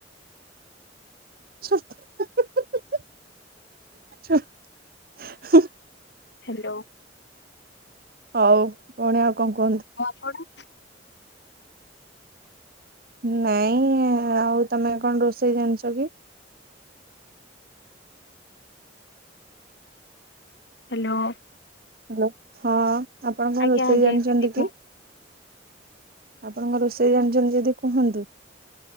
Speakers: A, on the right (about 50°); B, on the left (about 65°).
A: <unintelligible>
B: ହ୍ୟାଲୋ
A: ହଉ ଭଉଣି ଆଉ କଣ କୁହନ୍ତୁ?
B: ଆଉ ଆପଣ।
A: ନାଇଁ ଆଉ ତମେ କଣ ରୋଷେଇ ଜାଣିଛ ଯେ?
B: ହ୍ୟାଲୋ।
A: ହ୍ୟାଲୋ ହଁ ଆପଣ କଣ
B: ଆଜ୍ଞା
A: ରୋଷେଇ
B: ଆଜ୍ଞା
A: ଜାଣିଛନ୍ତି
B: ଦିଦି କୁହନ୍ତୁ।
A: କି? ଆପଣଙ୍କ ରୋଷେଇ ଜାଣିଛନ୍ତି ଯଦି କୁହନ୍ତୁ?